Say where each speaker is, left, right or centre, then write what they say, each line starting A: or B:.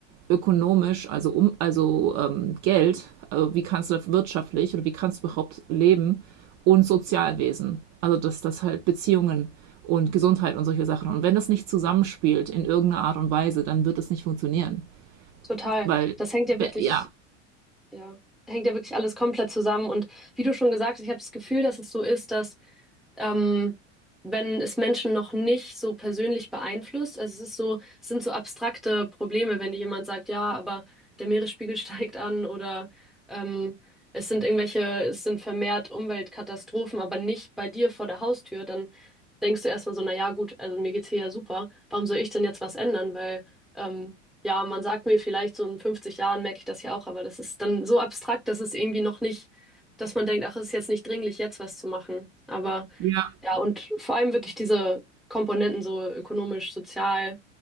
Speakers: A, on the right (about 45°); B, in the centre.
A: ökonomisch, also um, also ähm, Geld, also wie kannst du das wirtschaftlich oder wie kannst du überhaupt leben und Sozialwesen. Also dass das halt Beziehungen und Gesundheit und solche Sachen. Und wenn das nicht zusammenspielt in irgendeiner Art und Weise, dann wird das nicht funktionieren.
B: Total.
A: Weil,
B: Das hängt ja wirklich
A: ja,
B: Ja, hängt ja wirklich alles komplett zusammen. Und wie du schon gesagt hast, ich habe das Gefühl, dass es so ist, dass ähm, wenn es Menschen noch nicht so persönlich beeinflusst, also es ist so, es sind so abstrakte Probleme, wenn dir jemand sagt, ja, aber der Meeresspiegel <laughs> steigt an oder ähm, es sind irgendwelche, es sind vermehrt Umweltkatastrophen, aber nicht bei dir vor der Haustür, dann denkst du erstmal so, na ja, gut, also mir geht's hier ja super, warum soll ich denn jetzt was ändern? Weil ähm, ja, man sagt mir vielleicht so in 50 Jahren merke ich das ja auch, aber das ist dann so abstrakt, dass es irgendwie noch nicht, dass man denkt, ach, es ist jetzt nicht dringlich, jetzt was zu machen. Aber
A: ja,
B: ja, und vor allem wirklich diese Komponenten, so ökonomisch, sozial,